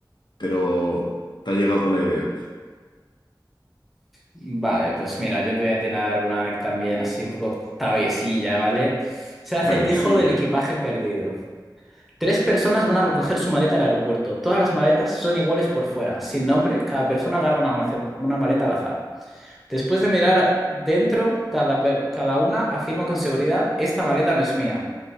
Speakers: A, on the left; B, in the centre.
A: pero te ha llegado la idea.
B: Vale, pues mira, yo te voy a tirar una también así un poco traviesilla, ¿vale? Es el acertijo
A: Traviesilla.
B: del equipaje perdido. Tres personas van a recoger su maleta al aeropuerto. Todas las maletas son iguales por fuera. Sin nombre, cada persona agarra una maleta, una maleta al azar. Después de mirar dentro, cada, per- cada una afirma con seguridad, esta maleta no es mía.